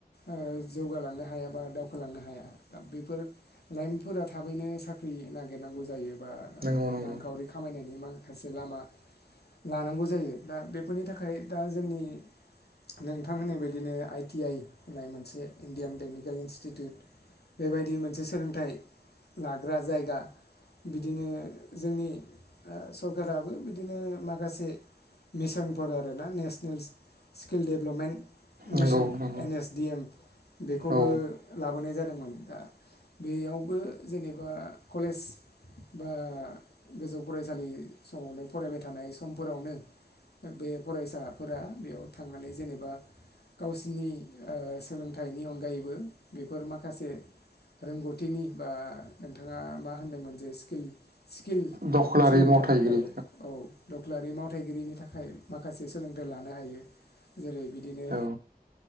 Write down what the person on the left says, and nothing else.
ओ जौगालांनो हाया बा दावखोलांनो हाया बेफोर लाइमोनफोरा थाबैनो साख्रि नागिरनांगौ जायो बा
रांखावरि खामायनायनि मा माखासे लामा लानांगौ जायो दा बेफोरनि थाखाय दा जोंनि नोंथां होननाय बायदिनो आइ टि आइ होननाय मोनसे इण्डियान टेकनिकेल इन इन्सितिउइत बेबाय बियो मोनसे सोलोंथाइ लाग्रा जायगा बिदिनो जे ओ स फोराबो बिदिनो माखासे मिसनफोर आरो ना नेसनेल स्किल डेभलपमेन्ट
मिसोन
एन एस डि एम बेखौबो
लाबोनाय जादोंमोन दा बेयावबो जेनेबा कलेज बा गोजौ फरायसालि समावनो फरायबाय थानाय समफोरावनो बे फरायसाफोरा बेयाव थांनानै जेनेबा गावसिनि ओ सोलोंथाइनि अनगायैबो बेफोर माखासे रोंगौथिनि बा नोंथाङा मा होनदोंमोन जे स्किल स्किल
सोलोंथाइ
औ औ दख्लारि मावथायगिरिनि थाखाय माखासे सोलोंथाइ लानो हायो जेरै बिदिनो